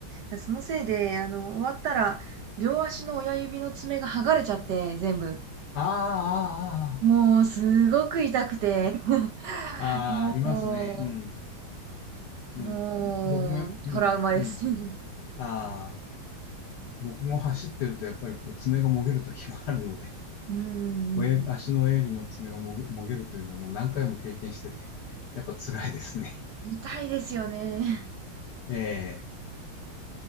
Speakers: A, on the right; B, on the left.
A: だそのせいで、あの、終わったら、両足の親指の爪が剥がれちゃって、全部。
B: ああ、
A: もう、すごく痛くて。<laughs>
B: ああ、ああ、
A: もう、
B: ああありますね。うん。うん。
A: もう、
B: 僕も、うん、
A: トラウマです。
B: うん。
A: <laughs> う
B: ああ、僕も走ってるとやっぱりこう爪がもげる時があるので、<laughs>
A: んうんうん。
B: 親足の親指の爪がもげ、もげるというのはもう何回も経験してて、<laughs> やっぱ辛いですね。
A: 痛いですよね。<laughs>
B: <laughs> ええ、